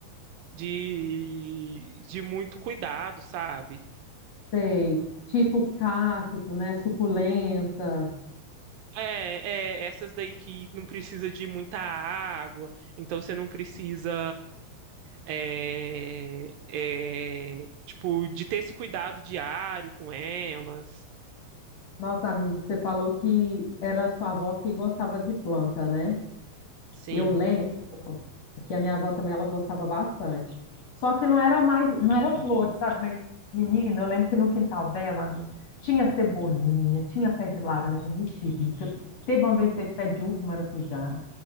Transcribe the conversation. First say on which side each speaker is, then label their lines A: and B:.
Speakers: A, on the right; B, on the left.
A: de, de muito cuidado, sabe?
B: Sei, tipo cacto, né, suculenta.
A: É, é, essas daí que não precisa de muita água, então você não precisa, é, é, tipo, de ter esse cuidado diário com elas.
B: Nossa, amigo, você falou que era sua avó que gostava de planta, né?
A: Sim.
B: Eu lembro que a minha avó também ela gostava bastante. Só que não era mais, não era flores, sabe? Mas, menina, eu lembro que no quintal dela, amiga, tinha cebolinha, tinha pé de laranja, mexerica, teve uma vez que teve pé de uva, e maracujá,